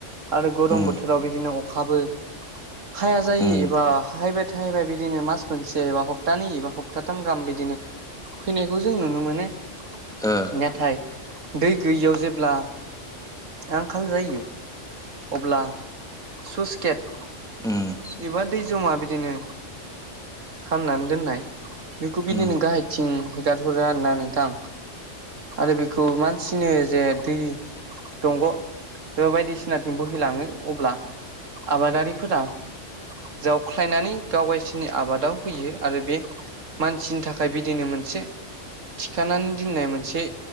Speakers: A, on the right; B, in the centre.
A: आरो गरम
B: उम
A: बोथोराव बिदिनो हाबो हाया जायो
B: उम
A: एबा हायबेट थाहैबाय बिदिनो मास मोनसे एबा हप्तानि एबा हप्ताथाम गाहाम बिदिनो फैनायखौ जों नुनो मोनो
B: ओ
A: नेथाय दै गैयियाव जेब्ला आंखाल जायो अब्ला सुस गेट
B: उम
A: एबा दै जमा बिदिनो खामनानै दोननाय बेखौ बिदिनो
B: उम
A: गाहायथिं हेगारहरो आरोना नोंथां आरो बेखौ मानसिनो जे दै दंग' एबा बायदिसि सिनाथिं बोहैलाङो अब्ला आबादारिफोरा जावख्लायनानै गाव गायसिनि आबादाव होयो आरो बे मानसिनि थाखाय बिदिनो मोनसे थिखानानै दोननाय मोनसे